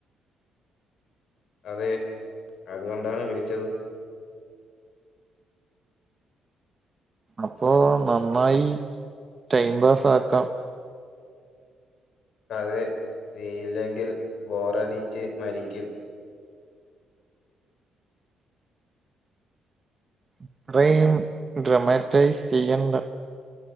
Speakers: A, on the left; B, on the right.
A: അതെ അതുകൊണ്ടാണ് വിളിച്ചത്.
B: അപ്പോനന്നായി ടൈം പാസ് ആക്കാം.
A: അത് നീല്ലെങ്കിൽ ബോറടിച്ച് മരിക്കും.
B: ഇത്രയും ഡ്രമാറ്റൈസ് ചെയ്യണ്ട.